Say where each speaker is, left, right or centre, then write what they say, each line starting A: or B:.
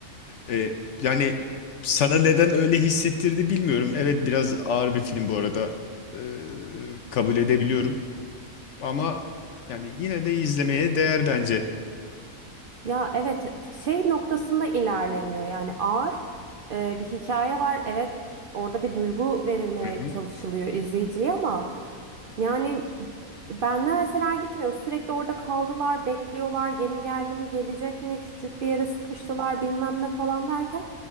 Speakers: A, on the left; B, on the right.
A: E, yani sana neden öyle hissettirdi bilmiyorum. Evet biraz ağır bir film bu arada. E, kabul edebiliyorum. Ama yani yine de izlemeye değer bence.
B: Ya evet şey noktasında ilerlemiyor. Yani ağır e, bir hikaye var. Evet orada bir duygu verilmeye
A: Hı hı.
B: çalışılıyor izleyiciye ama yani benle mesela gitmiyor. Sürekli orada kaldılar, bekliyorlar. Gemi geldi mi, gelecek mi? Küçük bir yere sıkıştılar bilmem ne falan derken.